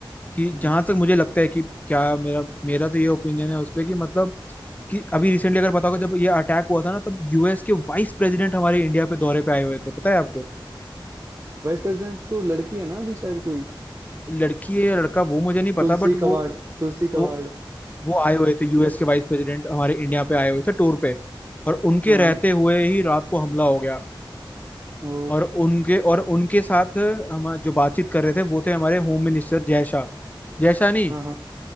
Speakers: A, on the left; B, on the right.
A: कि
B: नहीं
A: जहां तक मुझे लगता है कि क्या मेरा मेरा तो ये ओपिनियन है उस पे कि मतलब कि अभी रिसेंटली अगर पता होगा जब ये अटैक हुआ था ना तब यूएस के वाइस प्रेसिडेंट हमारे इंडिया पे दौरे पे आए हुए थे पता है आपको
B: वाइस प्रेसिडेंट तो लड़की है ना अभी शायद कोई
A: लड़की है या लड़का वो मुझे नहीं पता
B: तुलसी
A: बट वो
B: कवाड़ तुलसी
A: वो
B: कवाड़
A: वो आए हुए थे यूएस के वाइस प्रेसिडेंट हमारे इंडिया पे आए हुए थे टूर पे और उनके
B: हाँ
A: रहते
B: हाँ
A: हुए ही रात को हमला हो गया
B: ओ
A: और उनके और उनके साथ हम जो बातचीत कर रहे थे वो थे हमारे होम मिनिस्टर जय शाह जय शाह नहीं
B: हाँ हाँ